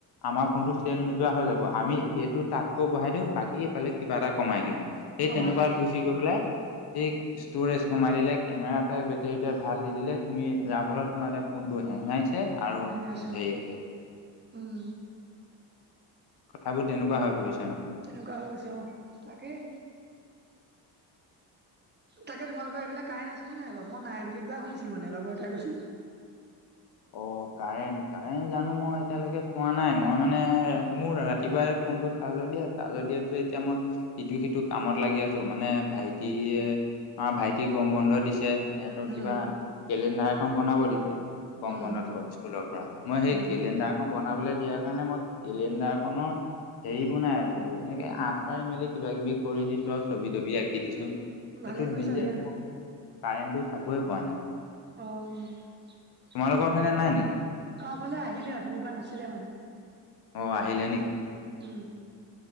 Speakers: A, on the left; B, on the right.
A: আমাৰ ফোন টো চেল নোযোৱা হৈ যাব আমি সেইটো তাতকৈ বহাই দিওঁ বাকী সেইফালে কিবা এটা কমাই দিওঁ, সেই
B: কমা
A: তেনেকুৱাত
B: দি
A: গুচি গৈ পেলাই সেই ষ্ট'ৰেজ কমাই দিলে কেমেৰাটোৱে বেটেৰীটোৱে ভাল দি দিলে, তুমি যাৰ ফলত তোমাৰ এতিয়া ফোনটো হেঙাইছে আৰু
B: হেঙাইছে
A: হেৰি হৈছে
B: অ উম
A: কথাবোৰ তেনেকুৱা হৈ পৰিছে মান
B: তেনেকুৱা হৈ গৈছে অ' তাকেই তাকে তোমালোকৰ সেইফালে কাৰেন্ট আছে নে নাই বাও? মই নাই বুলি কোৱা শুনিছিলোঁ মানে লগৰ এটাই কৈছিলে <inaudible>
A: অ', কাৰেণ্ট কাৰেণ্ট জানো মই এতিয়ালৈকে চোৱা নাই মই মানে মোৰ ৰাতিপুৱাই ফোনটো চাৰ্জত দিয়া চাৰ্জত দিয়াৰ পিছত এতিয়া মই ইটো সিটো কামত লাগি আছো মানে ভাইটিয়ে আমাৰ ভাইটিক গম বন্ধ দিছে সিহতৰ
B: উম
A: কিবা কেলেণ্ডাৰ এখন বনাব দিছে গম
B: উম
A: বন্ধত ঘত স্কুলৰ পৰা মই সেই
B: উম
A: কেলেণ্ডাৰখন বনাবলে দিয়াৰ কাৰণে মই কেলেণ্ডাৰ খনৰ হেৰি বনাই আছিলো, এনেকে আচ পাৰি মেলি কিবা কিবি কৰি দিছো
B: উম
A: আৰু ছবি তবি আঁকি দিছো।
B: উম
A: সেইটোত
B: ভালে কৰিছা
A: বিজি
B: দিয়া
A: আছো মই কাৰেণ্টটো চাবই পৰা নাই
B: অহ আমাৰ
A: তোমালোকৰ পিনে নাই নেকি?
B: ফালে আহিলে অথনি পৰা নাছিলে মানে
A: অ', আহিলে নেকি?
B: উম